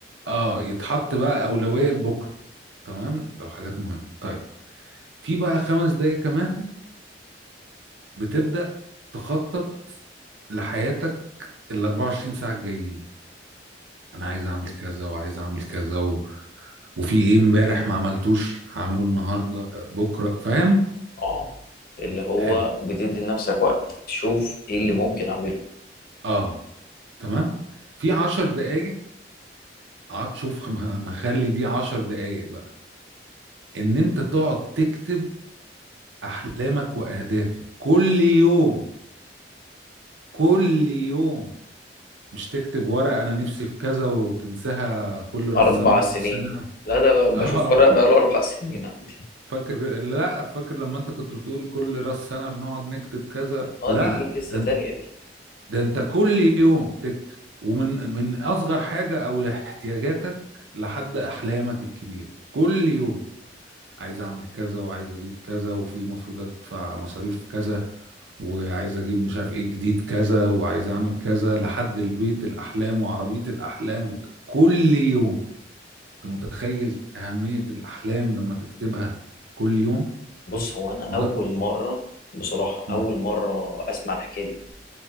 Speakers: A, on the right; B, on the left.
A: اه يتحط بقى اولوية لبكره تمام لو حاجات مهمة طيب في بقى خمس دقايق كمان بتبدأ تخطط لحياتك ال 24 ساعة الجايين انا عايز اعمل كذا وعايز اعمل كذا و... وفي ايه امبارح ما عملتوش هعمله النهارده آه، بكره فاهم
B: اه اللي هو
A: حلو
B: بتدي لنفسك وقت تشوف ايه اللي ممكن اعمله
A: اه تمام في عشر دقايق ع- شوف ما ما خلي دي عشر دقايق بقى ان انت تقعد تكتب احلامك واهدافك كل يوم كل يوم مش تكتب ورقة انا نفسي في كذا وتنساها كل
B: اربع
A: راس سنة براس
B: سنين
A: سنة
B: لا ده
A: <laughs>
B: ب-
A: اه
B: بشوف ورق بقاله اربع سنين عندي
A: فاكر لا فاكر لما انت كنت بتقول كل راس سنة بنقعد نكتب كذا
B: اه
A: لا
B: دي دي قصة
A: ده
B: تانية دي
A: ده انت كل يوم تكتب ومن من اصغر حاجه او احتياجاتك لحد احلامك الكبيره كل يوم عايز اعمل كذا وعايز اجيب كذا وفي مفروض ادفع مصاريف كذا وعايز اجيب مش عارف ايه جديد كذا وعايز اعمل كذا لحد البيت الاحلام وعربيه الاحلام وت- كل يوم انت متخيل اهميه الاحلام لما تكتبها كل يوم
B: بص هو انا
A: ما
B: اول
A: ده
B: مرة بصراحة
A: مم.
B: اول مرة اسمع الحكاية دي